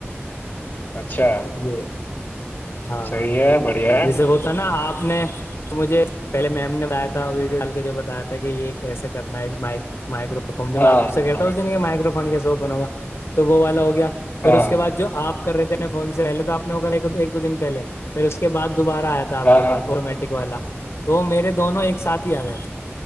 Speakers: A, on the left; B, on the left.
A: اچھا
B: یہ ہاں
A: صحیح ہے بڑھیا
B: جیسے ہوتا ہے نا آپ نے مجھے پہے میم نے بتایا تھا ویڈیو ڈال کے جو بتایا تھا کہ یہ کیسے کرنا ہے مائکرو تو فج میں
A: ہاں
B: آپ سے کہتا
A: ہاں
B: ہوں مائکرو فون کیسے اوپن ہوگا تو وہ والا ہو گیا پھر
A: ہاں
B: اس کے بعد جو آپ کو کر رہتے ہیں نا فون سے پہلے تو آ نے ہو کر ایک دو دن پہے پھر اس کے بعد دوبارہ آیا تھا آپ
A: ہاں
B: کے
A: ہاں
B: پاس آٹومیٹک والا تو میرے دونوں ایک ساتھ ہی آ گئے